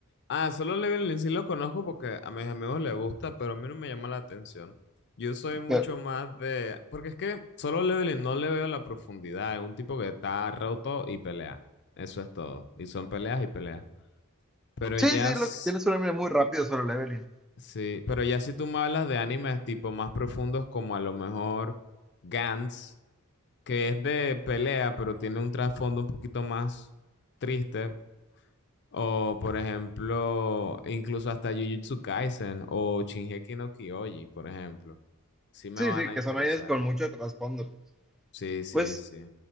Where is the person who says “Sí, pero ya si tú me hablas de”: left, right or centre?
Left